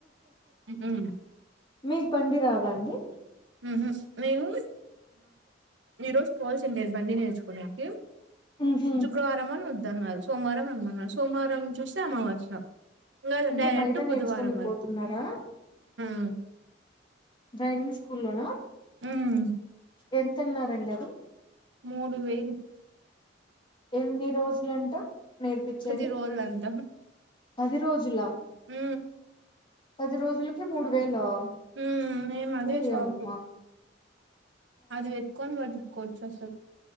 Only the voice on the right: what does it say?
ఉహు
మ్ హు నేను ఈ రోజు పోవాల్సిండేది బండి నేర్చుకోడానికి.
శుక్రవారం అని వద్దన్నారు. సోమవారం రమ్మన్నారు సోమవారం చూస్తే అమావాస్య.
డైరెక్ట్
బుధవారం
వరకు
మ్
మ్
మూడు వేలు
పది రోజులంట
మ్
మ్ మేము అదే
షాక్. అది పెట్టుకొని బతుకోవచ్చు అసలు.